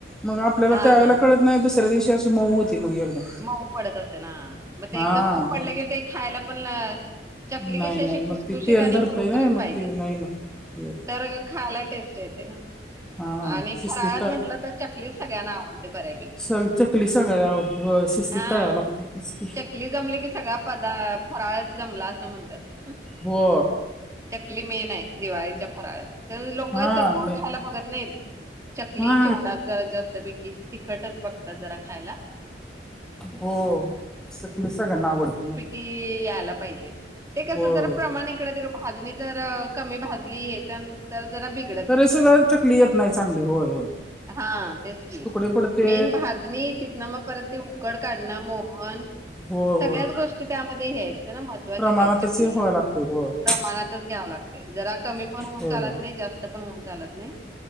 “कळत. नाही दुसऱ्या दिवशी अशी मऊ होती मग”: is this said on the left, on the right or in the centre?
Centre